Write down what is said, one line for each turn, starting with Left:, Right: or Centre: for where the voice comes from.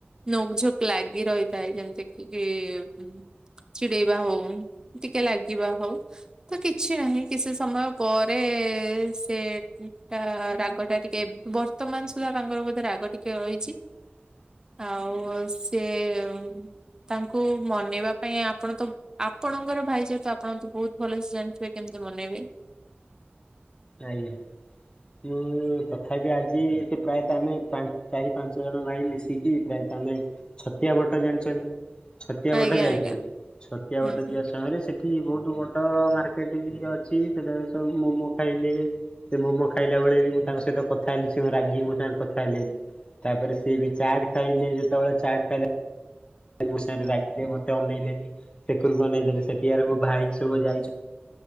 Right: ନୋକ ଝୁକ୍ ଲାଗି ରହିଥାଏ। ଯେମିତିକି-ଇ-ଇ ଚିଡେଇବା ହଉ, ଟିକେ ଲାଗିବା ହଉ। ତ କିଛି ନାହିଁ କିଛି ସମୟ ପରେ-ଏ-ଏ-ଏ ସେ ଟା ରାଗଟା ଟିକେ ବ ବର୍ତମାନ ସୁଦ୍ଧା ତାଙ୍କର ବୋଧେ ରାଗ ଟିକେ ରହିଛି।
Left: ଁ
Right: ଆଉ-ଉ ସିଏ ତାଙ୍କୁ ମନେଇବା ପାଇଁ ଆପଣ ତ ଆପଣଙ୍କର ଭାଇ ଯେହେତୁ ଆପଣ ତ ବହୁତ ଭଲସେ ଜାଣିଥିବେ କେମିତି ମନେଇବେ।
Left: ଆଜ୍ଞା। ମୁଁ-ଉ-ଉ ତଥାପି ଆଜି ସେ ପ୍ରାୟତ ଆମେ ପା ଚାରି ପାଞ୍ଚ ଜଣ ଭାଇ ମିଶିକି ପ୍ରାୟତଃ ଆମେ ଛତିଆ ବଟ ଜାଣିଛନ୍ତି ଛତିଆ
Right: ଆଜ୍ଞା
Left: ବଟ ଯାଇଥିଲୁ।
Right: ଆଜ୍ଞା
Left: ଛତିଆ
Right: ହୁଁ
Left: ବଟ
Right: ହୁଁ।
Left: ଯିବାସ ମୟରେ ସେଠି ବହୁତ ବଡ ମାର୍କେଟ ଇଏ ଅଛି ସେଠାରେ ସବୁ ମୋମୋ ଖାଇଲେ ସେ ମୋମୋ ଖାଇଲା ବେଳେ ବି ମୁଁ ତାଙ୍କ ସହିତ କଥା ହେଲି ସେ ରାଗିକି ମୋ ସାଙ୍ଗରେ କଥା ହେଲେନି। ତାପରେ ସିଏ ବି ଚାଟ୍ ଖାଇଲେ ଯେତେବେଳେ ଚାଟ୍ ଖାଇଲା ମୋ ସାଙ୍ଗରେ ରାଗିଲେ ମତେ ଅନେଇଲେନି ସେକରକୁ ଅନେଇ ଦେଲେ ସେଠି ଆରେ ମୁଁ ଭାଇ ସବୁ ଯାଇଛୁ।